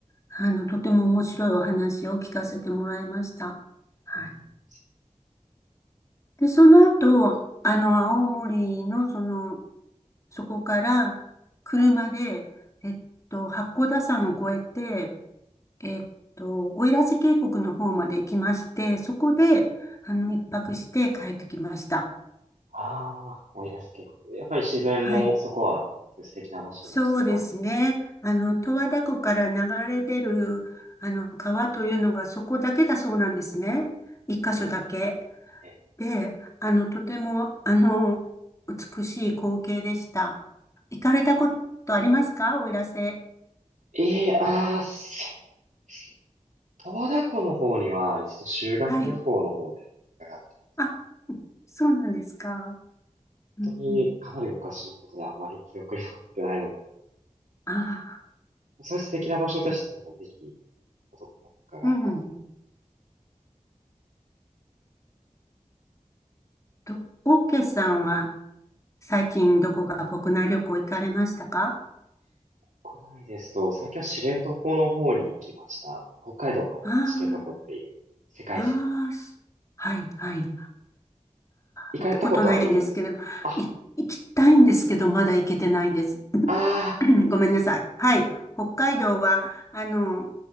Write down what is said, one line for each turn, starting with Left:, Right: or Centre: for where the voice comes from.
Left: あの、とても面白いお話を聞かせてもらいました。はい。
Right: うんうんな。
Left: で、その後、あの、青森のその、そこから車で、えっと、八甲田山を越えて、えっと、奥入瀬渓谷の方まで行きまして、そこで、あの、一泊して帰ってきました。
Right: ああ、奥入瀬渓谷。やっぱり自然もそこはすごい素敵な場所でしたか
Left: はい。そうですね。あの、十和田湖から流れ出る、あの、川というのがそこだけだそうなんですね。一箇所だけ。
Right: うんえ、
Left: で、あの、とても、あの、美しい光景でした。行かれたことありますか奥入瀬。
Right: ええああー、そうですね。十和田湖の方には一度修学旅行の方で伺った。
Left: はい。あ、そうなんですか。うんうん、
Right: 本当にかなり昔のことであまり記憶に残ってないので、
Left: ああ、
Right: そういう素敵な場所でしたら、ぜひ、どこか伺えたら。
Left: うんうん。と、オーケーさんは最近どこか国内旅行行かれましたか
Right: 国内ですと、最近は知床の方に行きました。北海道の知床っていう世界遺産の。
Left: ああ、ああ、すはい、はい。
Right: 行かれたことありますかあ、
Left: 行ったことないんですけれど、い、行きたいんですけど、まだ行けてないんです。<coughs>
Right: あ
Left: <clears throat> ごめんなさい。はい。北海道は、あの、